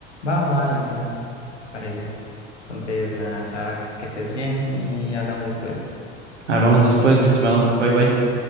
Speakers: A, on the left (about 80°); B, on the right (about 80°).
A: Va o va de una, parece. Entonces, nada, Chuck, que estés bien y hablamos después.
B: Hablamos después, mi estimado. Bye bye.